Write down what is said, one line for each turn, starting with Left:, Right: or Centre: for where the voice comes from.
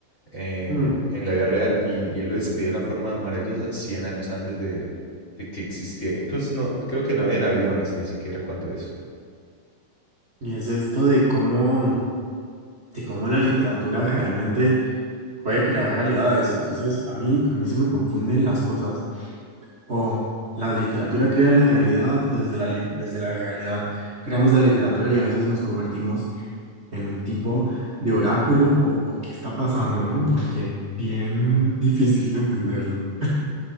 Left: eh,
Right: Mm.
Left: en la vida real y, y él lo describe de una forma maravillosa 100 años antes de, de que existiera. Incluso no, creo que no habían aviones ni siquiera cuando eso.
Right: Y es esto de cómo, de cómo la literatura realmente puede crear realidades. Y entonces a mí, a mí se me confunden las cosas. o la literatura crea la realidad o desde la, li- desde la realidad creamos la literatura y a veces nos convertimos en un tipo de oráculo o, o qué está pasando, ¿no? Porque bien <laughs> difícil de entenderlo.